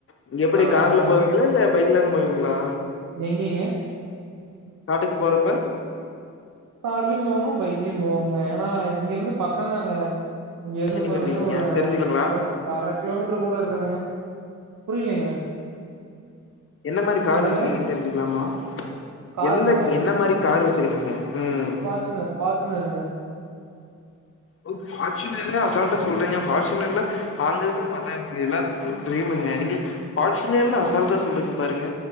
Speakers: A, on the left; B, on the right.
A: இங்க எப்டி
B: ஆமா
A: கார்ல
B: ஆமாங்க
A: போவீங்களா? இல்ல பைக்லதா போவீங்களா?
B: எங்கிங்க
A: காட்டுக்கு போறப்ப
B: கார்லயு போவோ பைக்லயு போவங்க ஏன்னா இங்க இருந்து பக்கோந்தாங்க இங்க இருந்து
A: எங்க நீங்க
B: பாத்தீங்கன்னா
A: வச்சிருக்கீங்க
B: ஒரு
A: தெரிஞ்சுக்கங்களா
B: அரக் அர கிலோமீட்டர் கூட இருக்காதுங்க புரியலீங்க
A: என்ன மாரி கார்
B: என்னதுங்க
A: வச்சிக்கீங்கன்னு தெரிஞ்சுக்கலாமா
B: காருங்களா
A: எந்த என்ன மாரி கார் வச்சிருக்கீங்க ம்
B: பாச்சுனர் பாச்சுனருங்க
A: ஓ ஃபார்ச்சூனர்னா அசால்டா சொல்றீங்க ஃபார்ச்சூனர்ல வாங்குறது ம <unintelligible> எல்லாத்துக்கு ட்ரீமுங்க நீங்க ஃபார்ச்சூனர்ன்னு அசால்டா சொல்ரிங்க பாருங்க